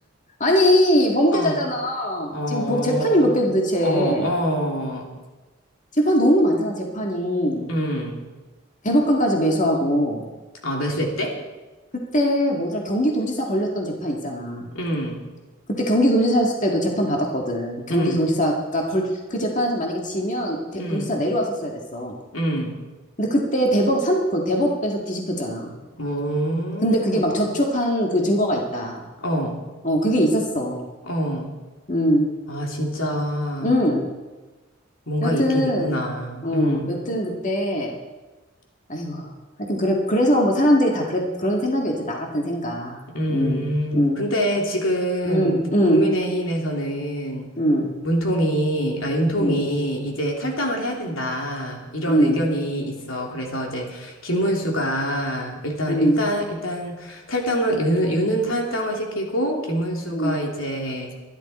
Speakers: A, on the left (about 40°); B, on the left (about 80°).
A: 아니, 범죄자잖아.
B: 어, 어,
A: 지금 법- 재판이 몇 개 도대체.
B: 어, 어,
A: 재판 너무 많잖아, 재판이.
B: 음,
A: 대법관까지 매수하고.
B: 아, 매수했대?
A: 그때 뭐더라, 경기도지사 걸렸던 재판 있잖아.
B: 음.
A: 그때 경기도지사였을 때도 재판 받았거든. 경기도지사가
B: 응
A: 걸, 그 재판에서 만약에 지면 대-
B: 응
A: 도지사 내려왔었어야 됐어.
B: 응
A: 근데 그때 대법, 삼, 그 대법에서 뒤집혔잖아.
B: 뭐,
A: 근데 그게 막 접촉한 그 증거가 있다.
B: 어,
A: 어, 그게 있었어.
B: 어.
A: 음,
B: 아, 진짜,
A: 음.
B: 뭔가
A: 여튼,
B: 있긴 있구나.
A: 어,
B: 응
A: 여튼 그때, 아이고, 하여튼 그래, 그래서 뭐 사람들이 다 그랬, 그런 생각이었지. 나 같은 생각.
B: 음.
A: 음, 음,
B: 근데 지금
A: 음, 음,
B: 국민의힘에서는
A: 음,
B: 문통이, 아, 윤통이
A: 음,
B: 이제 탈당을 해야 된다. 이런
A: 음,
B: 의견이 있어. 그래서 이제 김문수가 일단,
A: 음,
B: 일단, 일단 탈당을, 윤, 윤은 탈당을 시키고, 김문수가
A: 음,
B: 이제